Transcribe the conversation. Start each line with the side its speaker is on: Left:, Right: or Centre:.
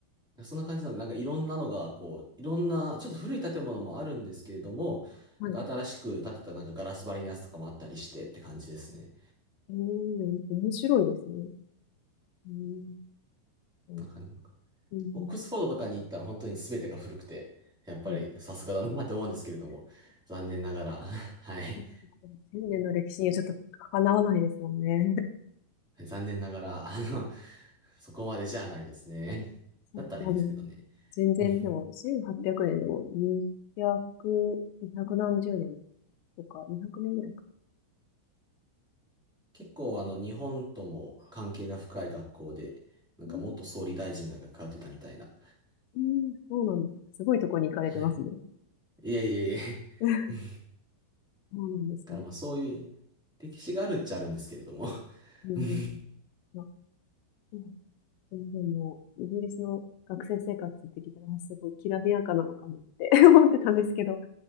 Centre: そんな感じなんで、なんかいろんなのが、こう、いろんな、ちょっと古い建物もあるんですけれども、
Left: はい。
Centre: なんか新しく建てたなんかガラス張りのやつとかもあったりしてって感じですね。
Left: うーん、面白いですね。うーん、うん、
Centre: なんな感じのか、
Left: うん
Centre: オックスフォードとかに行ったら本当に全てが古くて、やっぱりさすがだなって思うんですけれども、
Left: はい。
Centre: 残念ながら、<laughs> はい。
Left: <laughs> 千年の歴史にはちょっとかなわないですもんね。
Centre: はい残念ながら、あの、そこまでじゃないですね。だったらいいんですけどね。
Left: いや、でも、全然、
Centre: <laughs> うん
Left: でも、1800年でも、200、2何十年とか、200年ぐらいか。
Centre: 結構あの、日本とも関係が深い学校で、なんか元総理大臣が通ってたみたいな。
Left: うん、うんそうなんです。すごいとこに行かれてますね。
Centre: はい。いえいえいえ。
Left: <laughs>
Centre: <laughs> うん
Left: そうなんですね。
Centre: だからまあそういう、歴史があるっちゃあるんですけれども。<laughs>
Left: うんうんうん。
Centre: うんい
Left: まあ、うん全然もう、イギリスの学生生活って聞いたら、あすごいきらびやかなのかもって <laughs> 思ってたんですけど、